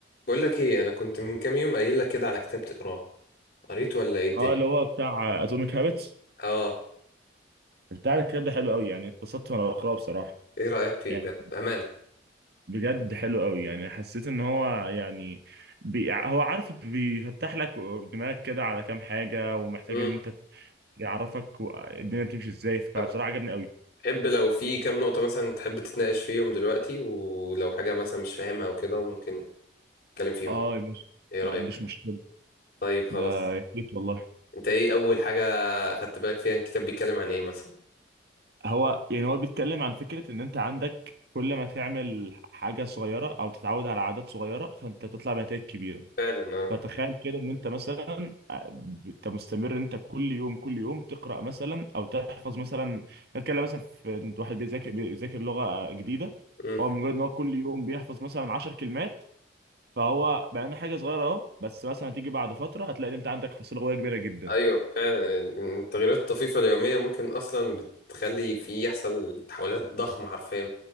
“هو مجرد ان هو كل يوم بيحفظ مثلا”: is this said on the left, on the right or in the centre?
Right